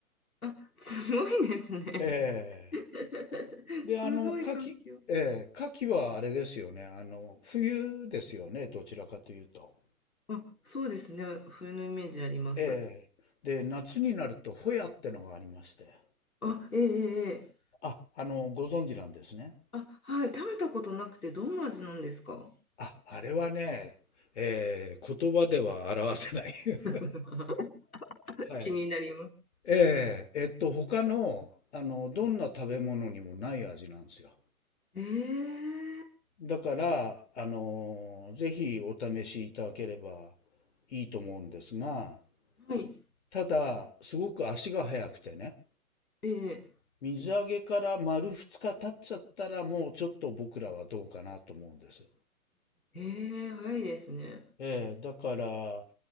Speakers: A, on the left; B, on the left.
A: あ、すごいですね。
B: ええ
A: <laughs>
B: で、
A: すごい環境。
B: あの、カキ、ええカキはあれですよね。あの、冬ですよね。どちらかというと。
A: あ、そうですね。冬のイメージあります。
B: ええで、夏になると、ホヤってのがありまして。
A: あ、ええええええ
B: あ、あの、ご存知なんですね。
A: あ、はい。食べたことなくて、どんな味なんですか
B: あ、あれはね、ええ言葉では表せない。<laughs>
A: <laughs>
B: はい。
A: 気になります。
B: えええっと、他の、あの、どんな食べ物にもない味なんですよ。
A: ええ
B: だから、あの、ぜひお試しいただければいいと思うんですが、
A: はい。
B: ただ、すごく足が速くてね、
A: ええ
B: 水揚げから丸2日経っちゃったらもうちょっと僕らはどうかなと思うんです。
A: ええ早いですね。
B: ええ、だから、